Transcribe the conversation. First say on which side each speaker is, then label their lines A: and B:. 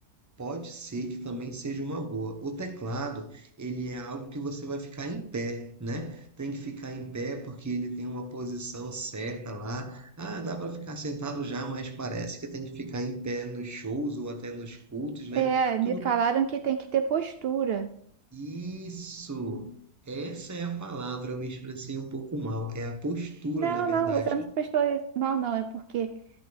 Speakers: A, on the right (about 15°); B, on the right (about 85°).
A: Pode ser que também seja uma boa. O teclado, ele é algo que você vai ficar em pé, né? Tem que ficar em pé porque ele tem uma posição certa lá. Ah, dá para ficar sentado já, mas parece que tem que ficar em pé nos shows ou até nos cultos, né?
B: É, me
A: Tu não-
B: falaram que tem que ter postura.
A: Isso! Essa é a palavra, eu me expressei um pouco mal. É a postura,
B: Não,
A: na verdade.
B: não, você não se prestou mal, não. É porque,